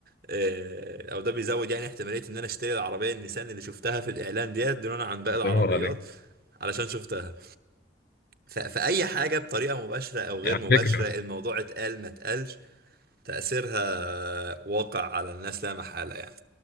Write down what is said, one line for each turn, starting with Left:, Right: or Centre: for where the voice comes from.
Right: آه، او ده بيزود يعني احتماليه ان انا اشتري العربيه النيسان اللي شفتها في الاعلان ديت دونها عن باقي العربيات
Left: بنور عليك
Right: علشان شفتها ف- فاي حاجه بطريقه مباشره او غير
Left: على
Right: مباشره
Left: فكره
Right: الموضوع اتقال ما اتقالش تاثيرها واقع على الناس لا محاله يعني